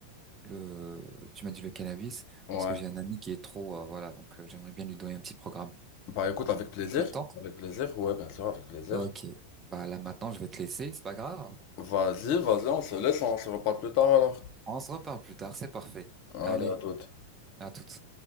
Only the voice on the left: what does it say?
Ouais.
Bah écoute, avec plaisir.
Avec plaisir, ouais, bien sûr, avec plaisir.
Vas-y, vas-y, on se laisse, on se reparle plus tard alors.
Allez,
à toute.